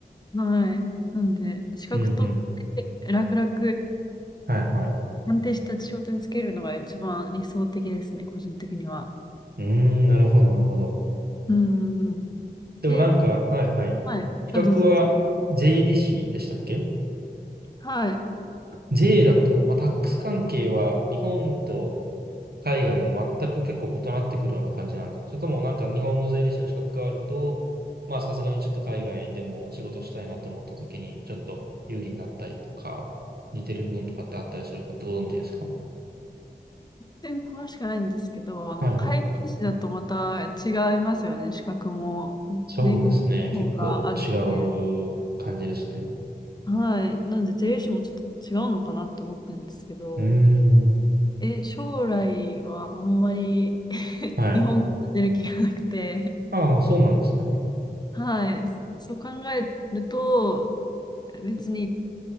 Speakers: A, on the left; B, on the right.
A: はい。なんで、資格取って楽々、
B: うんうん。はいはい。う
A: 安定した仕事につけるのが一番理想的ですね、個人的には。
B: ーん、なるほどなるほど。
A: うんうんうん。
B: でもなんか、
A: え
B: はいはい。
A: はい。
B: 資格は税理士でしたっけ
A: あ、どうぞどうぞ。はい。
B: 税だと、まあタックス関係は日本と海外で全く結構異なってくるような感じなんですかそれともなんか日本の税理士の資格があると、まあさすがにちょっと海外でも仕事したいなと思った時にちょっと有利になったりとか、似てる部分とかってあったりするかってご存知ですか
A: 全然詳しくないんですけど、あの、
B: はいはい。
A: 会計士だとまた違いますよね。資格も、
B: そうですね。
A: 米国の方があるんで。
B: 結構違う感じですね。
A: はい。なんで、税理士もちょっと違うのかなって思ってるんですけど、
B: うーん。
A: え、将来はあんまり <laughs>
B: はい。
A: 日本から出る気がなくて、
B: ああ、そうなんですね。
A: はい。そう考えると、別に